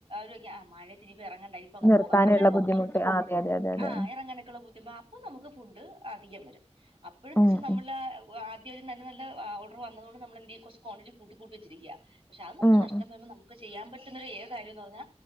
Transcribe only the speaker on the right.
ചോയിക്ക ഒരു മഴ ഇനിപ്പോ പ് ഇറങ്ങണ്ടേ യിനിപ്പൊ
പോകാം അങ്ങനെ പോകുന്നവരുണ്ട്
ആഹ് ഇറങ്ങാനൊക്കെള്ള ബുദ്ധിമ അപ്പ നമുക്ക് ഫുഡ് അധികം വരും അപ്പോഴന്ന്
വെച്ചാൽ നമ്മള്
ആ ക്ക് നല്ല നല്ല ഓർഡർ വന്നത്കൊണ്ട് നമ്മൾ എന്തെയ്യും കുറച്ച് ക്വാണ്ടിറ്റി കൂട്ടി കൂട്ടി വച്ചിരിക്കാ പക്ഷെ അത് നമുക്ക്
നഷ്ടം
വര്ന്നത് നമുക്ക് ചെയ്യാൻ പറ്റുന്ന ഒരു ഏക കാര്യംന്ന് പറഞ്ഞാ